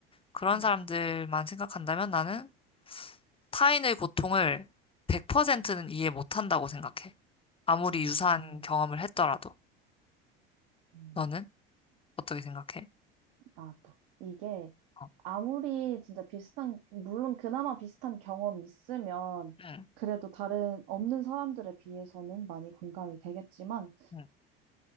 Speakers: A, on the left; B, on the right.
A: 그런
B: 음,
A: 사람들만 생각한다면 나는 타인의 고통을 100%는 이해 못한다고 생각해. 아무리
B: 음,
A: 유사한 경험을 했더라도.
B: 음,
A: 너는 어떻게 생각해?
B: 나도. 이게
A: 어.
B: 아무리 진짜 비슷한, 물론 그나마 비슷한 경험이 있으면
A: 응.
B: 그래도 다른 없는 사람들에 비해서는 많이 공감이 되겠지만
A: 응.